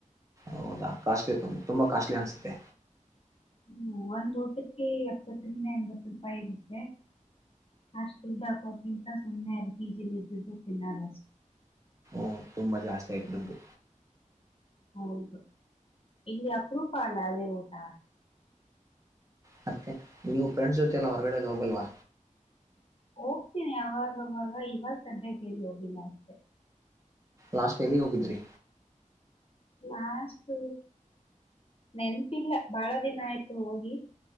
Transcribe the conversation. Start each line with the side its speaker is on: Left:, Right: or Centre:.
Right: ಹೌದಾ ಕಾಸ್ಟ್ಲಿ ಇರ್ತದೆ ತುಂಬಾ ಕಾಸ್ಟ್ಲಿ ಅನ್ಸುತ್ತೆ.
Left: ಹ್ಮ್ ಒಂದ್ ಊಟಕ್ಕೆ ಎಪ್ಪತ್ತರಿಂದ ಎಂಬತ್ ರೂಪಾಯಿ ಇರುತ್ತೆ ಅಷ್ಟು ದುಡ್ಡ್ ಹಾಕೋಕ್ಕಿಂತ ಸುಮ್ಮ್ನೆ ಅಲ್ ಪಿ ಜಿ ಲಿದ್ದದ್ದು ತಿನ್ನಾದಷ್
Right: ಹ್ಮ್ ತುಂಬಾ ಜಾಸ್ತಿ ಆಯ್ತು ದುಡ್ಡು.
Left: ಹೌದು ಇಲ್ಲಿ ಅಪರೂಪ ಅಲ್ಲ ಅಲ್ಲಿ ಊಟ.
Right: ಮತ್ತೆ ನೀವು ಫ್ರೆಂಡ್ಸ್ ಜೊತೆ ಎಲ್ಲ ಹೊರಗಡೆ ಎಲ್ಲು ಹೋಗಲ್ವಾ?
Left: ಹೋಗ್ತೀನಿ ಅವಾಗವಾಗ ಇವಾಗ್ ಸದ್ಯಕ್ ಎಲ್ ಹೋಗಿಲ್ಲ ಅಷ್ಟೆ.
Right: ಲಾಸ್ಟ್ ಎಲ್ಲಿಗ್ ಹೋಗಿದ್ರಿ?
Left: ಲಾಸ್ಟ್ ನೆನ್ಪಿಲ್ಲ ಬಾಳ ದಿನ ಆಯ್ತು ಹೋಗಿ.